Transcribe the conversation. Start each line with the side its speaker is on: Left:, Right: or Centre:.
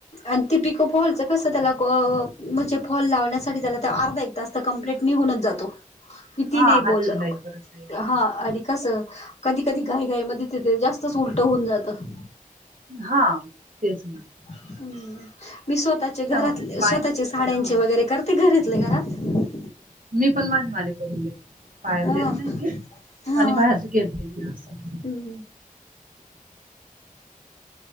Left: आणि ते पिकोच कस त्याला म्हणजे फॉल लावण्यासाठी झाला तर अर्धा एक तास तर कमप्लीट निघूनच जातो किती
Right: हा
Left: नाही
Right: हातशिलाई
Left: बोल
Right: परत वेगळं
Left: हा अर कास कधीकधी घाईघाई मध्ये त ते जास्तच उलट होऊन जातं
Right: हा तेच न
Left: हम् मी स्वतःचे घरात
Right: मग बायांचे
Left: स्वतःच्या साड्यांचे
Right: पण हा
Left: वगैरे करते घरीतले घरात
Right: मी पण माझी माले करून घेते बाहेर
Left: ह
Right: देत नाही मी
Left: हा
Right: आणि बाहेरच गेलते मी आर सम
Left: हम्म